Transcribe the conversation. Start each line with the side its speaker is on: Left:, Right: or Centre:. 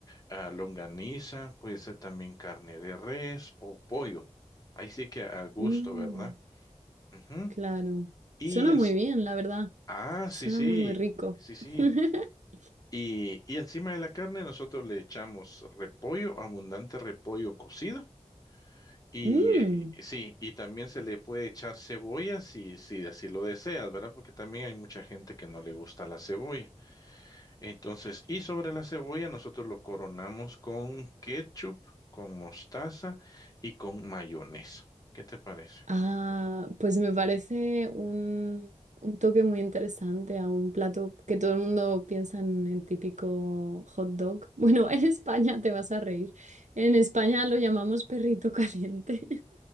Left: ah, longaniza, puede ser también carne de res o pollo. Ahí sí que a gusto,
Right: Mm,
Left: ¿verdad? Ujú.
Right: claro.
Left: Y
Right: Suena
Left: en-
Right: muy bien, la verdad.
Left: ah,
Right: Suena
Left: sí, sí,
Right: muy, muy rico.
Left: sí, sí.
Right: <laughs>
Left: Y, y encima de la carne nosotros le echamos repollo, abundante repollo cocido. Y
Right: Mm.
Left: sí, y también se le puede echar cebolla si, si así lo deseas, ¿verdad? Porque también hay mucha gente que no le gusta la cebolla. Entonces, y sobre la cebolla nosotros lo coronamos con ketchup, con mostaza y con mayonesa. ¿Qué te parece?
Right: Ah, pues me parece un, un toque muy interesante a un plato que todo el mundo piensa en el típico hot dog. <laughs> Bueno, en España te vas a reír. En España lo llamamos perrito caliente.